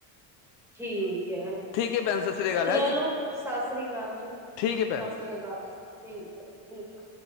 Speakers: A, in the centre; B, on the left.
A: ਠੀਕ ਐ।
B: ਠੀਕ ਹੈ ਭੈਣ ਸਤਿ ਸ਼੍ਰੀ ਅਕਾਲ
A: ਚਲੋ,
B: ਹੈ ਜੀ
A: ਸਤਿ ਸ੍ਰੀ ਅਕਾਲ ਜੀ ਸਤਿ
B: ਠੀਕ ਹੈ ਭੈਣ
A: ਸ੍ਰੀ ਅਕਾਲ, ਠੀਕ ਐ ਠੀਕ ਐ।